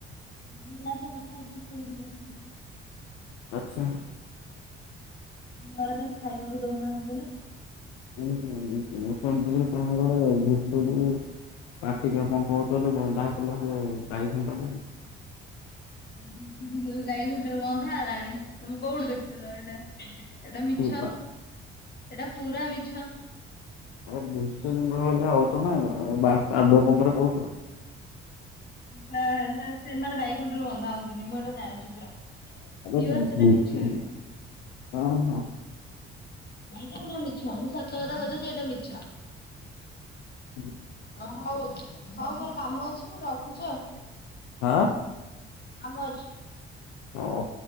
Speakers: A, on the left (about 30°); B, on the left (about 65°).
A: ପିଲା ତ କଥା ହୋଉଥିଲେ ସେ ଉଡିଯାଏ।
B: ଆଚ୍ଛା।
A: ଘରେ ତାକୁ ଖାଇବାକୁ ଦଉନାହାନ୍ତି ନା!
B: <unintelligible> <unintelligible> ବନ୍ଧା ହେଇଥିଲା ସେ ବାଇ ଖୁଣ୍ଟରେ।
A: ଘୁଷୁରୀ କେବେ ଗାଇ ଖୁଣ୍ଟରେ ବନ୍ଧା ହେଲାଣି ତମେ କୋଉଠୁ ଦେଖଥିଲ ଏଇଟା। ଏଟା ମିଛ
B: କିଏ ପା
A: ଏଟା ପୁରା ମିଛ।
B: ଆରେ ଘୁଷୁରୀଙ୍କ ଭଳିଆ ହଉଛ ନା କଣ ବା ପା କାଦୁଅ ପଙ୍କ ରେ ପଡୁ
A: ସେନା ସେ ସେମାନେ ଗାଇଖୁଣ୍ଟରେ ବନ୍ଧା ହୁଅନ୍ତିନି ମୁଁ ଏଟା ଜାଣିଚି ପୁରା।
B: <unintelligible>
A: ପିଓର ସେଟା ମିଛ ଏଇଟା
B: ହଁ ହଁ।
A: ଭାଇ ତ ପୁରା ମିଛ ମୁଁ ସତ କଥା କହିଦଉଚି ଏଟା ମିଛ।
B: ହଁ।
A: ହଉ ହଉ ହଉ ମୋର କାମ ଅଛି ମୁଁ ରଖୁଛି ଆଉ।
B: ଆଁ।
A: କାମ ଅଛି।
B: ହଁ।